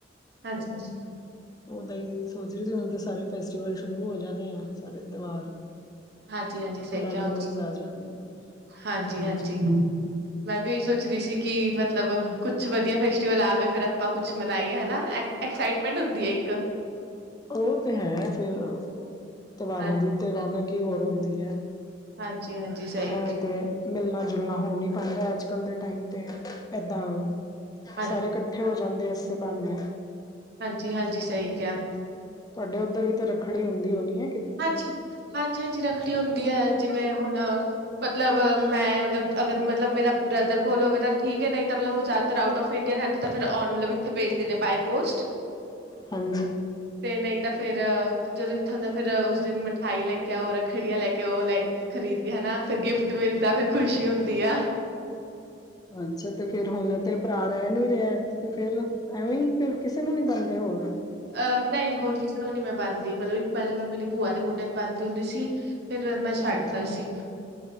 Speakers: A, on the right; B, on the left.
A: ਹਾਂਜੀ।
B: ਉਹਦ ਹੀ ਸੋਚ ਰਹੀ ਸੀ, ਹੁਣ ਤਾਂ ਸਾਰੇ ਫੈਸਟੀਵਲ ਸ਼ੁਰੂ ਹੋ ਜਾਣੇ ਆ, ਸਾਰੇ ਤਿਉਹਾਰ।
A: ਹਾਂਜੀ-ਹਾਂਜੀ, ਸਹੀ
B: ਲਾਈਨ
A: ਕਿਹਾ
B: ਵਾਈਜ਼ ਆ ਜਾਂਦੇ ਨੇ
A: ਹਾਂਜੀ-ਹਾਂਜੀ।
B: ਹਾਂਜੀ
A: ਮੈਂ ਵੀ ਸੋਚ ਪੁਛ ਰਹੀ ਸੀ, ਕਿ ਮਤਲਬ ਕੁਛ ਵਧੀਆ ਫੈਸਟੀਵਲ ਆਵੇ, ਫੇਰ ਆਪਾਂ ਕੁੱਛ ਮਨਾਈਏ ਹਨਾ ਐਕਸਾਈਟਮੈਂਟ ਹੁੰਦੀ ਹੈ ਇੱਕ।
B: ਉਹ ਤੇ ਹੈ, ਫਿਰ ਤਿਵਾਰਾਂ
A: ਹਾਂ
B: ਦੀ ਤੇ ਰੌਣਕ ਹੀ ਹੋਰ ਹੁੰਦੀ ਐ।
A: ਹਾਂਜੀ, ਹਾਂਜੀ ਸਹੀ
B: ਐਵੇਂ
A: ਕਿਹਾ,
B: ਤੇ ਮਿਲਣਾ ਜੁਲਣਾ ਹੋ ਨੀ ਪੈਂਂਦਾ, ਅੱਜ-ਕੱਲ ਦੇ ਟਾਈਮ ਤੇ ਏਦਾਂ
A: ਹਾਂਜੀ।
B: ਸਾਰੇ ਇਕੱਠੇ ਹੋ ਜਾਂਦੇ ਆ। ਤੇ ਬਾਨੇ।
A: ਹਾਂਜੀ-ਹਾਂਜੀ, ਸਹੀ ਕਿਹਾ।
B: ਤੁਹਾਡੇ ਉੱਧਰ ਵੀ ਤੇ ਰੱਖੜੀ ਹੁੰਦੀ ਹੋਣੀ ਐ?
A: ਹਾਂਜੀ-ਹਾਂਜੀ-ਹਾਂਜੀ ਰੱਖੜੀ ਹੁੰਦੀ ਹੈ, ਜਿਵੇਂ ਹੁਣ ਮਤਲਬ ਮੈਂ ਮਤਲਬ ਅਗਰ ਮਤਲਬ ਮੇਰਾ ਬ੍ਰਦਰ ਕੋਲ ਹੋਵੇ, ਤਾਂ ਠੀਕ ਹੈ ਨਹੀਂ ਤਾਂ ਮਤਲਬ ਉਹ ਜ਼ਿਆਦਾਤਰ ਆਊਟ ਆਫ ਇੰਡੀਆ ਰਹਿੰ ਦਾ ਤਾਂ ਫਿਰ ਮਤਲਬ ਇੱਥੇ ਭੇਜ ਦਿੰਦੇ ਬਾਏ ਪੋਸਟ,
B: ਹਾਂਜੀ
A: ਤੇ ਨਹੀਂ ਤਾਂ ਫੇਰ ਜਦੋਂ ਇੱਥੋਂ ਦਾ ਉਸ ਦਿਨ ਮਿਠਾਈ ਲੈ ਕੇ ਆਓ, ਰੱਖੜੀਆਂ ਲੈ ਕੇ ਆਓ ਉਹ ਲੈ ਖਰੀਦ ਕੇ ਹਨਾ, ਫਿਰ ਗਿਫਟ ਮਿਲਦਾ ਫੇਰ ਖੁਸ਼ੀ ਹੁੰਦੀ ਆ।
B: ਅੱਛਾ, ਤੇ ਫੇਰ ਹੁਣ ਤੇ ਭਰਾ ਰਹਿ ਨੀ ਰਿਹਾ ਤੇ ਫਿਰ ਐਵੇਂ ਹੀ। ਫਿਰ ਕਿਸੇ ਨੂੰ ਨੀ ਬਣਦੇ ਹੋਰ?
A: ਅਹ ਨਹੀਂ ਹੋਰ ਕਿਸੇ ਨੂੰ ਨੀ ਮੈਂ ਬੰਨਦੀ, ਮਤਲਬ ਇੱਕ ਪਹਿਲੇ ਮੈਂ ਮੇਰੀ ਭੂਆ ਦੇ ਮੁੰਡੇ ਨੂੰ ਬੰਨਦੀ ਦੀ ਹੁੰਦੀ ਸੀ। ਫਿਰ ਮੈਂ ਛੱਡਦਾ
B: ਹਾਂਜੀ
A: ਸੀ,